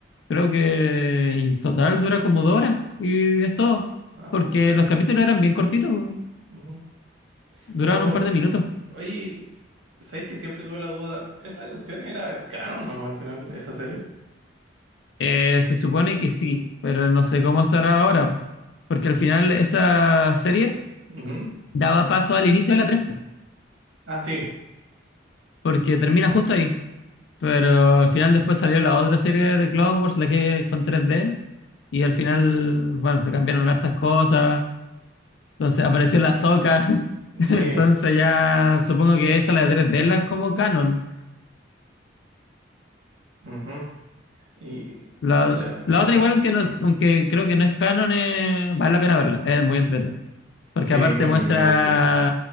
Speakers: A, on the left; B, on the right.
A: creo que en total dura como dos horas y es todo.
B: Ah,
A: Porque los capítulos eran bien cortitos.
B: mm.
A: Duraron
B: Pero,
A: un par de minutos.
B: oye, ¿sabéis que siempre tuve la duda? ¿Esa cuestión era canon o no al final, esa serie?
A: Eh, se supone que sí, pero no sé cómo estará ahora, porque al final esa serie
B: Ujú.
A: daba paso al inicio de la 3 po,
B: Ah, sí.
A: porque termina justo ahí. Pero al final después salió la otra serie de Clone Wars, la que es con tres d y al final, bueno, se cambiaron hartas cosas, entonces apareció la Soca, <laughs>
B: Sí,
A: entonces ya supongo que esa, la de 3D, es la es como canon.
B: ujú. Y,
A: La,
B: pucha,
A: la otra
B: a
A: igual, aunque, no, es- aunque creo que no es canon, eh, vale la pena verla, es muy entretenida, porque
B: sí,
A: aparte
B: me,
A: muestra
B: me imagino.